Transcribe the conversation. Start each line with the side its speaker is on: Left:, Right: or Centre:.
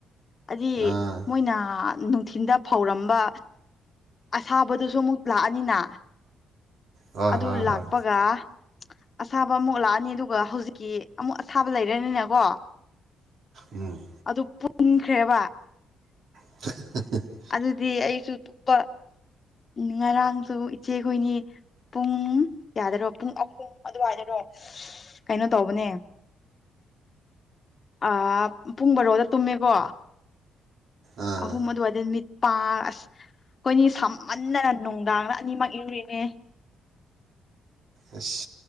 Left: ꯑꯗꯤ
Right: ꯑꯥ
Left: ꯃꯣꯏꯅ ꯅꯨꯡꯊꯤꯟꯜꯗ ꯐꯧꯔꯝꯕ ꯑꯁꯥꯕꯗꯨꯁꯨ ꯑꯃꯨꯛ ꯂꯥꯛꯑꯅꯤꯅ
Right: ꯍꯣꯏ
Left: ꯑꯗꯨ
Right: ꯍꯣꯏ
Left: ꯂꯥꯛꯄꯒ
Right: ꯍꯣꯏ
Left: ꯑꯁꯥꯕ ꯑꯃꯨꯛ ꯂꯥꯛꯑꯅꯤ ꯑꯗꯨꯒ ꯍꯧꯖꯤꯛꯀꯤ ꯑꯃꯨꯛ ꯑꯊꯥꯕ ꯂꯩꯔꯅꯤꯅꯀꯣ
Right: ꯎꯝ
Left: ꯑꯗꯨ ꯄꯨꯟꯈ꯭ꯔꯦꯕ
Right: <unintelligible>
Left: ꯑꯗꯨꯗꯤ ꯑꯩꯁꯨ ꯇꯨꯞꯄ ꯉꯔꯥꯡꯁꯨ ꯏꯆꯦꯈꯣꯏꯅꯤ ꯄꯨꯡ ꯀꯌꯥꯗꯔꯣ ꯄꯨꯡ ꯑꯍꯨꯝ ꯑꯗꯨꯋꯥꯏꯗꯔꯣ ꯀꯩꯅꯣ ꯇꯧꯕꯅꯦ ꯑꯥꯥ ꯄꯨꯡ ꯕꯔꯣꯗ ꯇꯨꯝꯃꯦꯀꯣ
Right: ꯑꯥ
Left: ꯑꯍꯨꯝ ꯃꯗꯨ ꯋꯥꯏꯗ ꯃꯤꯠ ꯄꯥ ꯑꯁ ꯑꯩꯈꯣꯏꯅꯤ ꯁꯝꯃꯟꯗꯅ ꯅꯨꯡꯗꯥꯡ ꯑꯅꯤꯃꯛ ꯏꯔꯨꯏꯅꯦ
Right: ꯑꯁ